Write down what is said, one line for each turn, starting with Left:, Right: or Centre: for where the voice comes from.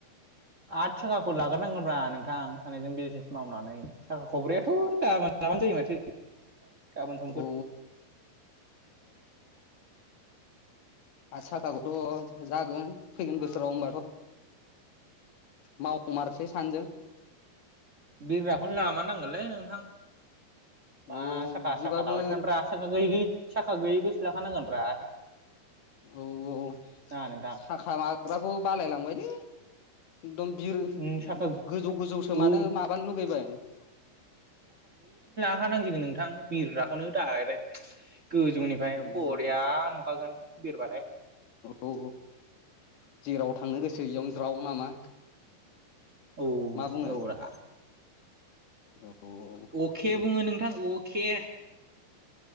Right: आथ साखाखौ लाग्रोनांगोन ब्रा नोंथां सानैजों बिजनेस मावनानै। साखा खबब्रैयाथ' गाबोन लाबानो जायो माथो गाबोन समफोर।
Left: औ आत थाखाखौथ' जागोन फैगोन बोसोराव होनबाथ' मावमारसै सानैजों
Right: बिरग्राखौनो लामार नांगोनलै नोंथां। मा
Left: औ
Right: साखा
Left: बिदिबाबो
Right: साखा लाबाय थानद्रा साखा गैयै साखा गैयै खौसो ला। खानांगोन ब्रा
Left: औ औ
Right: ना नोंथां
Left: साखा माबाग्राखौ बालायलांबायलै। एकदम बिर
Right: उम साखा
Left: गोजौ गोजौसोमानो
Right: औ
Left: माबानो लुगैबाय। <inaudible>
Right: खा नांसिगोन नोंथां बिरग्राखौनो दाइरेक्ट। गोजौनिफ्राय
Left: औ
Right: बरिया नुखागोन बिरबाथाय।
Left: औ जेराव थांनो गोसोयाव इयावनो ज्राव नामा?
Right: औ
Left: मा बुङो
Right: औ रा।
Left: औ।
Right: अके
Left: औ
Right: बुङो नोंथां अके।